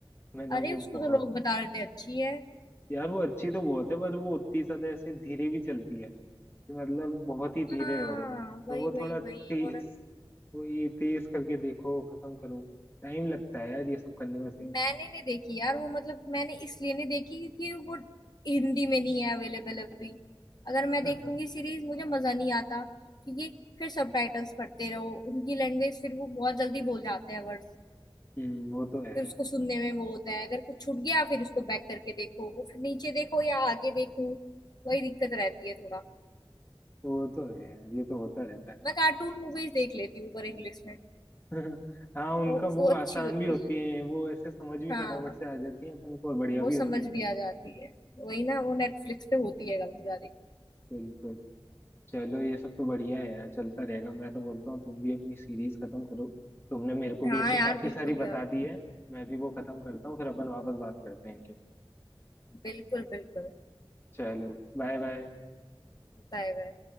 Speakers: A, on the left; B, on the left.
A: मैंने वो
B: अरे उसको
A: बहुत
B: तो लोग बता रहे थे अच्छी है
A: यार वो अच्छी तो बहुत है पर वो उतनी ज्यादा ऐसे धीरे भी चलती है कि मतलब बहुत ही धीरे
B: हाँ
A: है वो
B: वही
A: तो वो
B: वही
A: थोड़ा तेज
B: वही और
A: वही तेज करके देखो खत्म करो टाइम लगता है यार ये सब करने में सही
B: मैंने नहीं देखी यार वो मतलब मैंने इसलिए नहीं देखी क्योंकि वो हिंदी में नहीं है अवेलेबल अभी अगर मैं
A: <laughs>
B: देखूंगी सीरीज मुझे मजा नहीं आता क्योंकि फिर सबटाइटल्स पढ़ते रहो उनकी लैंग्वेज फिर वो बहुत जल्दी बोल जाते हैं वर्ड्स
A: हम्म वो तो है
B: फिर उसको
A: यार
B: सुनने में वो होता है अगर कुछ छूट गया फिर उसको बैक करके देखो वो फिर नीचे देखो या आगे देखो वही दिक्कत रहती है थोड़ा
A: वो तो है यार ये तो होता रहता है
B: मैं कार्टून मूवीज देख लेती हूँ पर इंग्लिश में
A: <laughs> हाँ उनका
B: वो
A: वो
B: वो अच्छी
A: आसान
B: होती
A: भी होती
B: है
A: है वो ऐसे समझ भी
B: हाँ
A: फटाफट से आ जाती है अपन को और बढ़िया
B: वो
A: भी
B: समझ
A: होती है
B: भी आ जाती है वही ना वो नेटफ्लिक्स पे होती है काफी सारी
A: बिल्कुल चलो ये सब तो बढ़िया है यार चलता रहेगा मैं तो बोलता हूँ तुम भी अपनी सीरीज खत्म करो तुमने मेरे को
B: हाँ
A: भी ऐसे
B: यार
A: काफी
B: बिल्कुल
A: सारी
B: यार
A: बता दी है मैं भी वो खत्म करता हूँ फिर अपन वापस बात करते हैं कि
B: बिल्कुल बिल्कुल
A: चलो बाय बाय
B: Bye bye